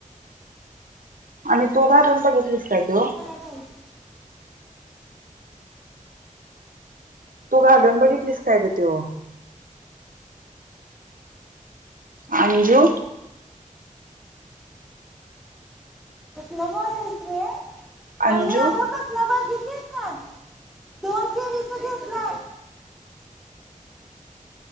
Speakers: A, on the right; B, in the centre.
A: आणि तु घालून बघितलिस काय तो
B: <unintelligible>
A: तू घालून बघितलीस काय ग त्यो आंजु
B: कसला बाद हाइस रे मंम्मी
A: अंजू
B: आग बघितलिस काय दोनशेच घेतलाय